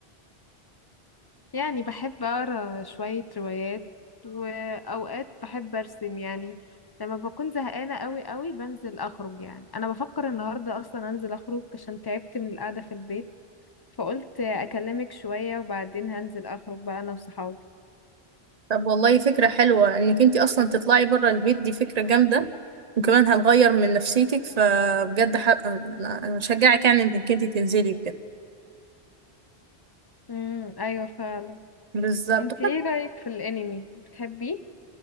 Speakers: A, on the left; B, on the right.
A: يعني بحب أقرأ شوية روايات وأوقات بحب أرسم يعني لما بكون زهقانة قوي قوي بنزل أخرج يعني أنا بفكر النهاردة أصلا أنزل أخرج عشان تعبت من القعدة في البيت فقلت أكلمك شوية وبعدين هنزل أخرج بقى أنا وصحابي
B: طب والله فكرة حلوة انك انت اصلا تطلعي بره البيت دي فكرة جامدة وكمان هتغير من نفسيتك فبجد ح... انا أنا بشجعك يعني انك انت تنزلي كده
A: امم أيوة فعلا
B: بالظبط
A: انت ايه رأيك في الأنمي بتحبيه؟